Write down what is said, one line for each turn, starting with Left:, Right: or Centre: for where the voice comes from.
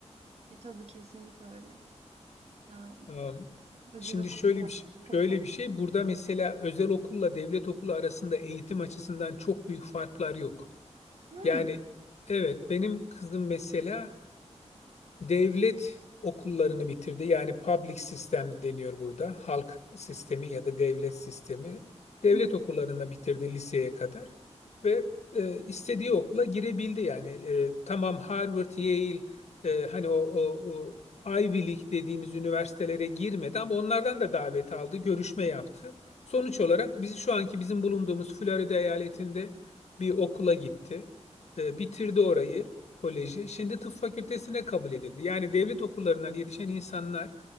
Right: E tabii kesinlikle öyle. Yani
Left: Am,
Right: özel
Left: Şimdi
Right: okulda
Left: şöyle bir şey, şöyle
Right: çok fazla.
Left: bir şey. Burada mesela özel okulla devlet okulu arasında eğitim açısından çok büyük farklar yok.
Right: Hmm.
Left: Yani evet benim kızım mesela devlet okullarını bitirdi. Yani public sistem deniyor burada. Halk sistemi ya da devlet sistemi. Devlet
Right: <laughs>
Left: okullarını bitirdi liseye kadar ve e, istediği okula girebildi. Yani e, tamam Harvard, Yale e, hani o, o, o Ivy League dediğimiz üniversitelere girmedi ama onlardan da davet aldı, görüşme yaptı. Sonuç olarak biz şu anki bizim bulunduğumuz Florida eyaletinde bir okula gitti. E, bitirdi orayı. Koleji şimdi tıp fakültesine kabul edildi. Yani devlet okullarından yetişen insanlar